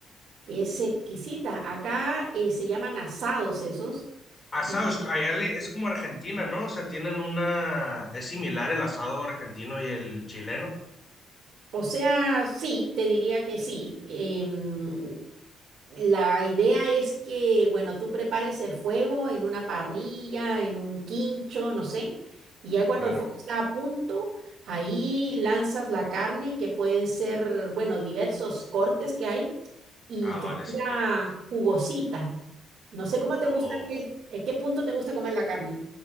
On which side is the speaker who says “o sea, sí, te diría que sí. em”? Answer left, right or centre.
Right